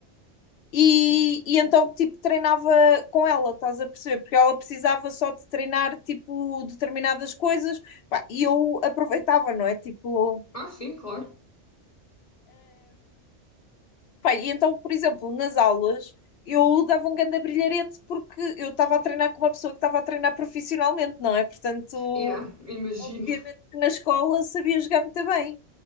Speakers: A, on the left (about 65°); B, on the left (about 30°).
A: E, e então, tipo, treinava com ela, estás a perceber? Porque ela precisava só de treinar, tipo, determinadas coisas, pá, e eu aproveitava, não é? Tipo,
B: Ah, sim, claro.
A: Pá, e então, por exemplo, nas aulas eu dava um grande brilharete porque eu estava a treinar com uma pessoa que estava a treinar profissionalmente, não é? Portanto,
B: Yeah, <laughs> imagino.
A: obviamente que na escola sabia jogar muito bem.